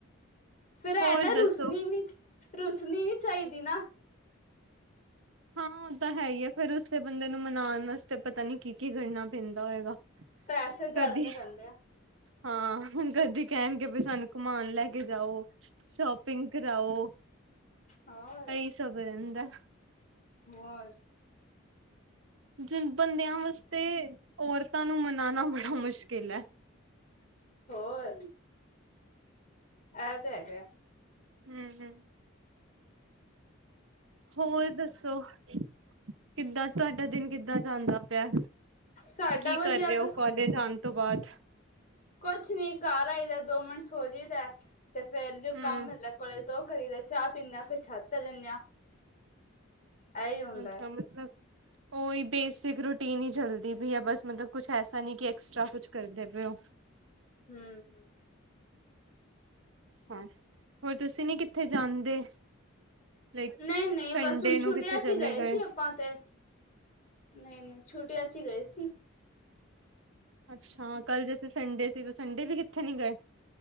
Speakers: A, on the left; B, on the right.
A: ਫੇਰ ਐ
B: ਹੋਰ
A: ਨਾ
B: ਦੱਸੋ?
A: ਰੁਸਨੀ ਨੀ ਰੂਸਨੀ ਨੀ ਚਾਈਦੀ ਨਾ
B: ਹਾਂ ਹੁਣ ਤਾਂ ਹੈ ਈ ਆ, ਫੇਰ ਰੁੱਸੇ ਬੰਦੇ ਨੂੰ ਮਨਾਣ ਵਾਸਤੇ ਪਤਾ ਨੀ ਕੀ-ਕੀ ਕਰਨਾ ਪੈਂਦਾ ਹੋਏਗਾ,
A: ਪੈਸੇ ਜੜਨੇ
B: ਕਦੇ
A: ਪੈਂਦੇ ਆ
B: ਹਾਂ ਹੁਣ ਕਦੀ ਕਹਿਣਗੇ ਵੀ ਸਾਨੂੰ ਘੁਮਾਣ ਲੈ ਕੇ ਜਾਓ ਸ਼ੋਪਿੰਗ ਕਰਾਊ
A: ਹੋਰ
B: ਇਹੀ ਸਬ ਰਹਿੰਦਾ।
A: ਓਰ
B: ਜਿੰਨ ਬੰਦਿਆਂ ਵਾਸਤੇ ਔਰਤਾਂ ਨੂੰ ਮਨਾਣਾ ਬੜਾ ਮੁਸ਼ਕਿਲ ਐ।
A: ਹੋਰ। ਐ ਤਾਂ ਹੈਗਾ।
B: ਹੂੰ-ਹੂੰ। ਹੋਰ ਦੱਸੋ, ਕਿੱਦਾਂ ਤੁਆਡਾ ਦਿਨ ਕਿੱਦਾਂ? ਕਿੱਦਾਂ ਜਾਂਦਾ ਪਿਆ?
A: ਸਾਡਾ
B: ਕੀ
A: ਵਧੀਆ
B: ਕਰ ਰਹੇ ਓ
A: ਬਸ
B: ਕਾਲੇਜ ਆਣ ਤੋਂ ਬਾਦ।
A: ਕੋਛ ਨੀ, ਘਰ ਆਈਦਾ ਦੋ ਮਿੰਟ ਸੌ ਜੀ ਦਾ। ਤੇ ਫੇਰ ਜੋ
B: ਹਮ
A: ਕੰਮ ਮਿਲਦਾ ਕੋਲੇਜ ਤੋ ਉਹ ਕਰੀ ਦਾ, ਚਾਹ ਪੀਣੇ ਫਿਰ ਛੱਤ ਤੇ ਜਣੇ ਆ। ਇਹੀ ਹੁੰਦਾ
B: ਅੱਛਾ,
A: ਹੈ
B: ਮਤਲਬ ਉਹ ਕੋਈ ਬੇਸਿਕ ਰੂਟੀਨ ਹੀ ਚਲਦੀ ਪਈ ਹੈ। ਬਸ ਮਤਲਬ ਕੁਛ ਐਸਾ ਨਹੀਂ ਕਿ ਐਕਸਟਰਾ ਕੁਛ ਕਰਦੇ ਪਏ ਹੋ।
A: ਹੂੰ ਹੂੰ।
B: ਹਾਂ ਹੋਰ ਤੁਸੀਂ ਨੀ ਕਿੱਥੇ ਜਾਂਦੇ ਲਾਇਕ
A: ਨਹੀਂ ਨਹੀਂ
B: ਸੰਡੇ
A: ਬਸ ਹੁਣ ਛੁੱਟੀਆਂ
B: ਨੂੰ ਕਿੱਥੇ
A: ਚ
B: ਚਲੇ
A: ਹੀ
B: ਗਏ।
A: ਸੀ ਆਪਾਂ ਤੇ ਨਹੀਂ ਨਹੀਂ ਛੁੱਟੀਆਂ 'ਚ ਹੀ ਗਏ ਸੀ।
B: ਅੱਛਾ ਕੱਲ ਜੈਸੇ ਸੰਡੇ ਸੀ। ਸੰਡੇ ਵੀ ਕਿੱਥੇ ਨਹੀਂ ਗਏ।